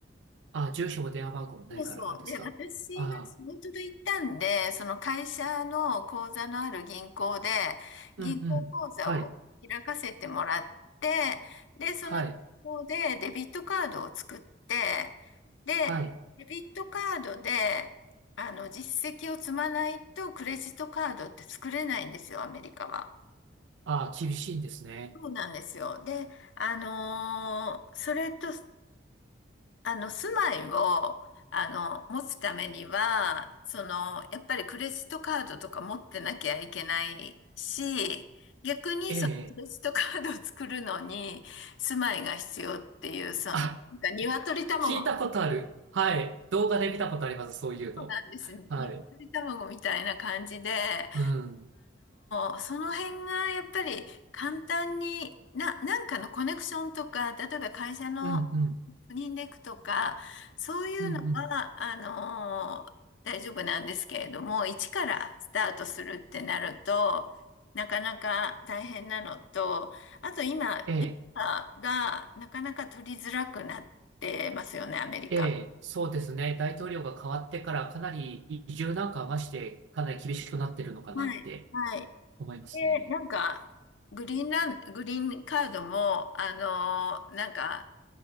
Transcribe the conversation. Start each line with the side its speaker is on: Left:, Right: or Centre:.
Right: あ、住所も電話番号もないからですか。
Left: そうそう。で、私は仕事で行ったんで、
Right: ああ、
Left: その会社の口座のある銀行で、
Right: うんうん。
Left: 銀行口座を開かせてもらって、
Right: はい。
Left: で、その銀行でデビットカードを作って、
Right: はい。
Left: で、
Right: はい。
Left: デビットカードで、あの、実績を積まないとクレジットカードって作れないんですよ、アメリカは。
Right: ああ、厳しいんですね。
Left: そうなんですよ。で、あのーそれとあの、住まいを、あの、持つためには、その、やっぱりクレジットカードとか持ってなきゃいけないし、逆にそのクレジットカードを作るのに、
Right: ええ。
Left: 住まいが必要っていう、その、
Right: あ、
Left: なんか鶏卵、
Right: 聞いたことある。はい。動画で見たことあります。そういうの。
Left: そうなんですね。
Right: はい。
Left: 鶏卵みたいな感じで、あ
Right: うん。
Left: の、その辺がやっぱり簡単に、な、なんかのコネクションとか、例えば会社の
Right: うんうん。
Left: スニンデクとか、そういうのは、
Right: うんうん。
Left: あのー大丈夫なんですけれども、一からスタートするってなると、なかなか大変なのと、あと今、
Right: ええ。
Left: ビザがなかなか取りづらくなってますよね、アメリカ。
Right: ええ。そうですね。大統領が変わってからかなり移住なんかはまして、かなり厳しくなってるのかなって
Left: はい、はい。
Right: 思いますね。
Left: で、なんか、グリーンラン、グリーンカードも、あのーなんか、